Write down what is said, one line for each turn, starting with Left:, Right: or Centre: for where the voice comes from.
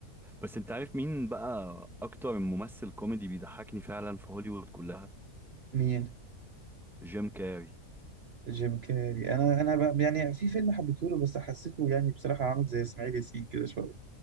Centre: بس انت عارف مين بقى اكتر ممثل كوميدي بيضحكني فعلا في هوليوود كلها
Right: مين
Centre: جيم كاري
Right: جيم كاري انا انا ب... يعني في فيلم حبيته له بس حسيته يعني بصراحه عامل زي اسماعيل ياسين كده شويه